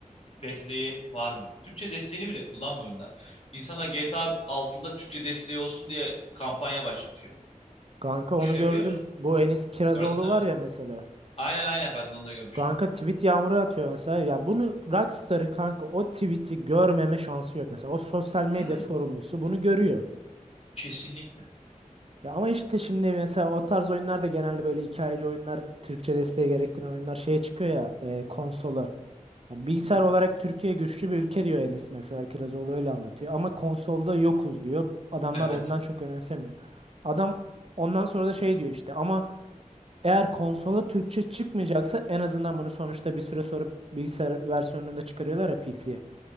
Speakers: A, on the left; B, on the right.
A: desteği var mı? Türkçe desteğini bile kullanmıyor oyunlar. İnsanlar GTA 6'da Türkçe desteği olsun diye kampanya başlatıyor.
B: Kanka onu
A: Düşünebiliyor
B: gördüm.
A: musun?
B: Bu Enis Kirazoğlu
A: Gördün değil
B: var
A: mi?
B: ya mesela.
A: Aynen aynen ben de onu da görmüştüm.
B: Kanka tweet yağmuru atıyor mesela. Ya bunu Rockstar'ın kanka o tweet'i görmeme şansı yok. Mesela o sosyal medya
A: Hmm,
B: sorumlusu bunu görüyor.
A: kesinlikle.
B: Ya ama işte şimdi mesela o tarz oyunlar da genelde böyle hikayeli oyunlar, Türkçe desteği gerektiren oyunlar şeye çıkıyor ya e, konsola. Ya bilgisayar
A: Hı hı.
B: olarak Türkiye güçlü bir ülke diyor Enes mesela Kirazoğlu öyle anlatıyor. Ama konsolda yokuz diyor. Adamlar
A: Evet.
B: ondan çok önemsemiyor. Adam ondan sonra da şey diyor işte ama eğer konsola Türkçe çıkmayacaksa en azından bunu sonuçta bir süre sonra bilgisayar versiyonunda çıkarıyorlar ya PC'ye.